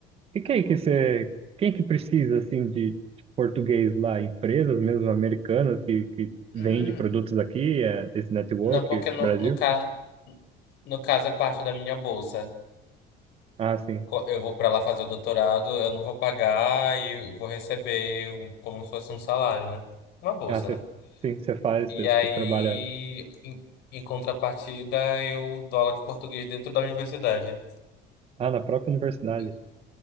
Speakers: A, on the right; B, on the left.
A: e quem que você, quem que precisa, assim, de, de português lá? Empresas mesmo americanas que, que vende
B: Hum,
A: produtos aqui, é, esse network,
B: não, porque no,
A: Brasil?
B: no, ca, no caso é parte da minha bolsa.
A: Ah, sim.
B: co- eu vou para lá fazer o doutorado, eu não vou pagar e vou receber um- como se fosse um salário, né? Uma bolsa,
A: Ah, você,
B: né?
A: sim, você faz,
B: E
A: você,
B: aí,
A: você trabalha,
B: em, em contrapartida, eu dou aula de português dentro da universidade.
A: ah, na própria universidade.
B: E-